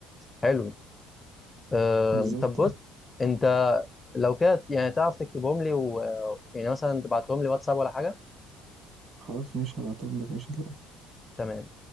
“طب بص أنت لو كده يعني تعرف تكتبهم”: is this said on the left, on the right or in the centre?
Left